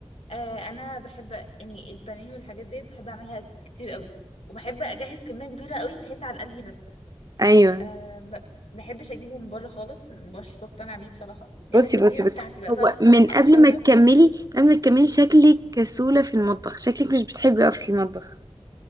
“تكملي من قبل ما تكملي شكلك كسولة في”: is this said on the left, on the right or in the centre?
Right